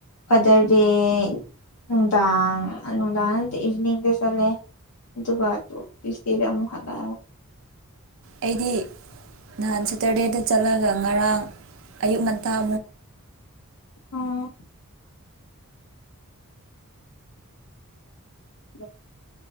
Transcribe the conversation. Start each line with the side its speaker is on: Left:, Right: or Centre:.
Left: ꯐꯥꯗꯔ ꯗꯦ ꯅꯨꯡꯗꯥꯡ ꯅꯨꯡꯗꯥꯡ ꯏꯚꯅꯤꯡꯗ ꯆꯠꯂꯦ ꯑꯗꯨꯒꯕꯥ ꯇ ꯇꯁꯇꯗꯃꯨ ꯍꯂ
Right: ꯑꯩꯗꯤ ꯅꯍꯥꯟ ꯁꯦꯇꯔꯗꯦꯗ ꯆꯠꯂꯒ ꯉꯔꯥꯡ ꯑꯌꯨꯛ ꯉꯟꯇꯥꯛ
Left: ꯑꯣ ꯎꯝ